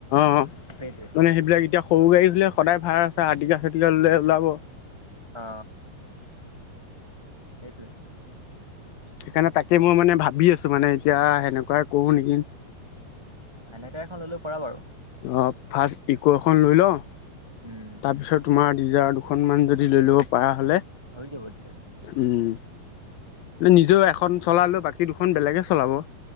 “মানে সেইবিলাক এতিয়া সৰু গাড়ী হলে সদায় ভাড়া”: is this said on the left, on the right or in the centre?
Left